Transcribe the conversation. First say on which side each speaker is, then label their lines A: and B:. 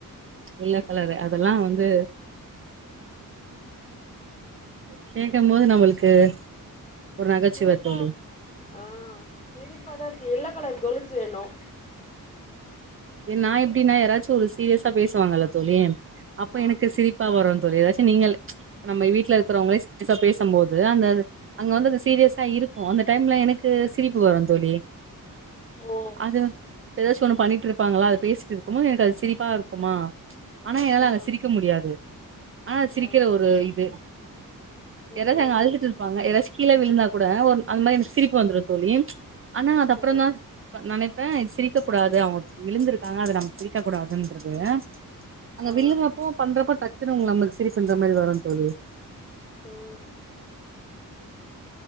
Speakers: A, on the right (about 40°); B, on the left (about 20°).
A: எல்லோ கலரு அதெல்லா வந்து கேட்க போது நம்மளுக்கு ஒரு நகைச்சுவை
B: சிரிப்பா
A: தோழி
B: ஆ சிரிப்பாதான் இருக்கு எல்லோ கலர் கொலுசு வேணும்
A: ஏ நா எப்டின்னா யாராச்சும் ஒரு சீரியஸா பேசுவாங்கல்ல தோழி அப்ப
B: ஆ
A: எனக்கு சிரி ப்பா வரும்ன்னு தோழி ஏதாச்சும் நீங்க ம்ச் நம்ம வீட்டுல இருக்கிறவங்கள சீரியஸா பேசும்போது அந்த அங்க வந்து அது சீரியஸா இருக்கு அந்த டைம்ல எனக்கு சிரிப்பு வரும் தோழி
B: ஓ
A: அது ஏதாச்சு ஒண்ணு பண்ணிட்டு இருப்பாங்களா அது பேசிட் இருக்குனு எனக்கு அது சிரிப்பா இருக்குமா ஆனா என்னால
B: ஆ
A: அங்க சிரிக்க முடியாது ஆனா சிரிக்கிற
B: ஆ
A: ஒரு இது
B: ம்
A: யாராவது அங்க அழுதுட் இருப்பாங்க ஏதாச்சு கீழ விழுந்தா கூட ஒ அந்த மாரி எனக்கு சிரிப்பு வந்துரு தோழி ஆனா அது அப்பற
B: ஆ
A: தா நெனைப்பே இது சிரிக்க கூடாது அவுங்கு விழுந்திருக்காங்க அது நம்ம சிரிக்க கூடாதுன்றது அங்க
B: ஆ
A: விழுற ப்போ பண்றப்பா டக்குனுு நம்ளுக்கு சிரிப்புண்ற மாரி வரு தோழி
B: ம்